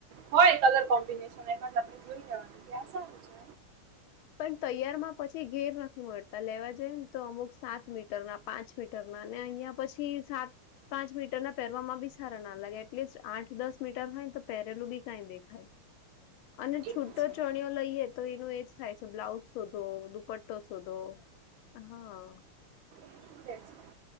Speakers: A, on the right; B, on the left.
A: હોય કલર કોમ્બિનેશન એ વા આપણે જોઈ લેવાનું ક્યાં સારું છે.
B: પણ તૈયારમાં પછી ઘેર નથી મળતા લેવા જઈએ ને તો અમુક સાત મીટર ના પાંચ મીટર ના અને અહિયાં પછી સાત પાંચ મીટર ના પહેરવામાં બી સારા ના લાગે એટલીસ્ટ આઠ દસ મીટર હોય ને તો પહેરેલું બી કાંઈ દેખાય. અને
A: એ
B: છૂટો
A: જ છે
B: ચણયો લઈએ તો એનું એજ થાય છે બ્લાઉઝ શોધો દુપટ્ટ તો સીધો હા.
A: એ શું રહે છે